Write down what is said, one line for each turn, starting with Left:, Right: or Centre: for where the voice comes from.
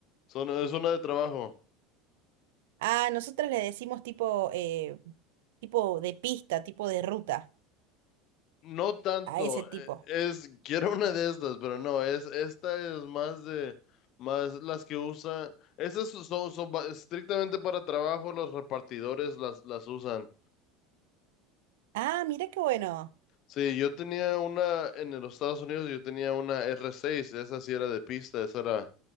Left: son, es una de trabajo.
Right: Ah, nosotros le decimos tipo, eh, tipo de pista, tipo de ruta,
Left: No tanto,
Right: a ese tipo.
Left: eh, es, quiero una de estas, pero no, es, esta es más de, más las que usan, estas son, son ba- estrictamente para trabajo, los repartidores las, las usan.
Right: Ah, mira qué bueno,
Left: Sí, yo tenía una, en los Estados Unidos yo tenía una R6, esa sí era de pista, esa era